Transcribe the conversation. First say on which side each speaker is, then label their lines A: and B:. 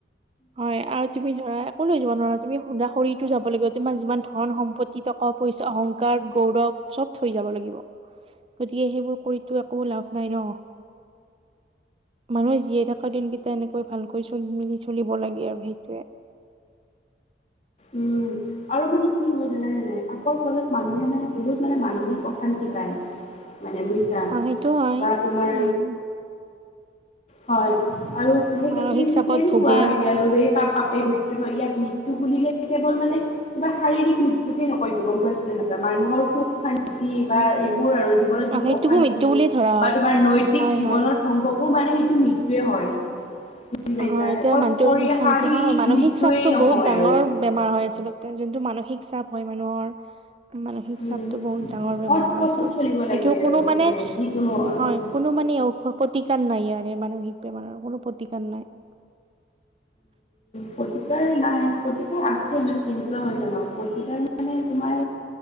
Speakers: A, on the right; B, on the left.
A: হয় আৰু তুমি ধৰা একো লৈ যাব নোৱাৰা- তুমি সুদা শৰীৰ তো যাব লাগিব তোমাৰ যিমান ধন সম্পত্তি টকা পইচা, অহংকাৰ, গৌৰৱ চব থৈ যাব লাগিব। গতিকে সেইবোৰ কৰিতো একো লাভ নাই ন? মানুহে যি থকা দিনকেইটা এনেকৈ ভালকৈ চল মিলি চলিব লাগে আৰু সেইটোৱে
B: উম, আৰু মানে কি হয় জানা নে নাই? পাপৰ ফলত মানুহে মানে বহুত মানে মানসিক অশান্তি পাই, মানে বুজিছা
A: অ সেইটো হয়
B: বা তোমাৰ
A: উম
B: হয়। আৰু সেইখিনিকে
A: মানসিক চাপত ভোগে
B: কোৱা হয় লভেই পাপ পাপেই মৃত্যু ধৰ ইয়াত মৃত্যু বুলিলে কেৱল মানে কিবা শাৰীৰিক মৃত্যুকে নকয়টো গম পাইছানে? মানুহৰ সুখ শান্তি-
A: উম
B: বা
A: উম
B: এইবোৰ আৰু জীৱনত যিবোৰ
A: অ সেইটোকো
B: অশান্তি
A: মৃত্যু বুলিয়ে ধৰা হয়
B: বা তোমাৰ নৈতিক
A: হয়
B: জীৱনৰ
A: হয়
B: ধ্বংস বোৰ মানে মৃত্যুয়ে হয় বুজি পাইছা
A: হয়, এতিয়া
B: অকল
A: মানটো
B: শৰীৰ
A: শান্তি
B: শাৰীৰিক
A: হয় মানসিক
B: মৃত্যুয়েই
A: চাপটো
B: নহয়
A: বহুত ডাঙৰ
B: আৰু
A: বেমাৰ হয় আচলতে যোনটো মানসিক চাপ হয় মানুহৰ মানসিক
B: উম
A: চাপটো বহুত ডাঙৰ বেমাৰ
B: সৎ
A: হয়
B: পথত
A: আচলতে,
B: চলিব লাগে
A: এইটো
B: আৰু
A: কোনো মানে
B: যিকোনো উম
A: হয় কোনো মা প নাই ইয়াৰে মানসিক বেমাৰৰ কোনো প্ৰতিকাৰ নাই। <unintelligible>
B: প্ৰতিকাৰ নাই, প্ৰতিকাৰ আছে মানে কেনেকুৱা হয় জানো প্ৰতিকাৰ মানে তোমাৰ,